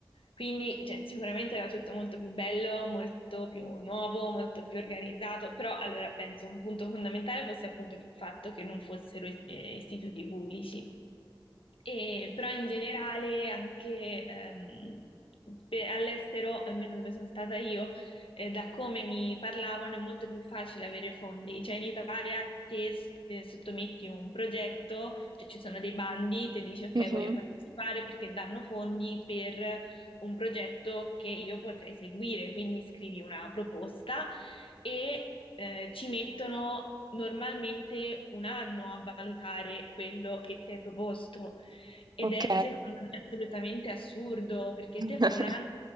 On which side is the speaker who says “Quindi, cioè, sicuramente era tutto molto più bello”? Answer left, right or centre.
Left